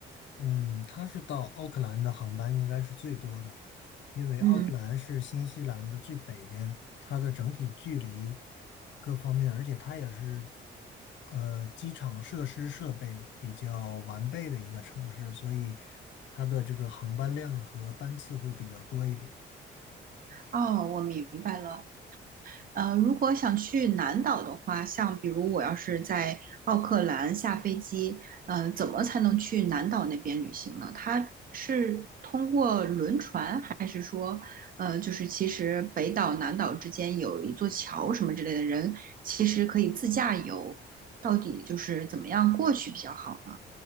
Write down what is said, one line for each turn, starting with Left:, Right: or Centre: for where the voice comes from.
Left: 嗯，它是到奥克兰的航班应该是最多的，因为奥克兰是新西兰的最北边，
Right: 嗯，
Left: 它的整体距离各方面，而且它也是呃机场设施设备比较完备的一个城市，所以它的这个航班量和班次会比较多一点。
Right: 哦，我明白了。呃，如果想去南岛的话，像比如我要是在奥克兰下飞机，呃，怎么才能去南岛那边旅行呢？它是通过轮船，还是说，呃，就是其实北岛南岛之间有一座桥什么之类的人，其实可以自驾游，到底就是怎么样过去比较好呢？